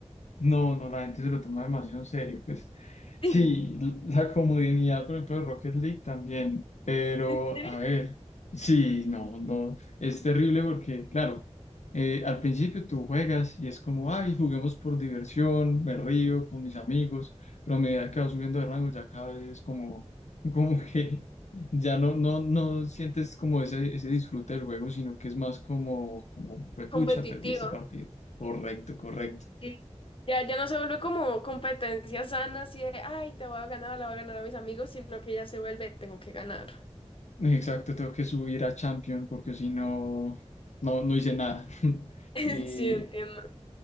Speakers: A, on the left; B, on the left.
A: No, no, la gente se lo toma demasiado en serio. Pues
B: <laughs> Sí,
A: sí, l- la comodidad, por ejemplo, de Rocket League también. Pero,
B: ¿en serio?
A: a ver, sí, no, no, es terrible porque, claro, eh, al principio tú juegas y es como, ay, juguemos por diversión, me río con mis amigos, pero a medida que vas subiendo de rango ya cada vez es como, como <laughs> que ya no, no, no sientes como ese, ese disfrute del juego, sino que es más como, como,
B: Competitivo.
A: pucha, perdí este partido. Correcto, correcto.
B: sí. Ya, ya no se vuelve como competencia sana, así de, ay, te voy a ganar, la voy a ganar a mis amigos, sino que ya se vuelve, tengo que ganar.
A: Exacto, tengo que subir a Champion porque si no, no, no hice nada. <laughs>
B: <laughs>
A: Y,
B: Sí, entiendo.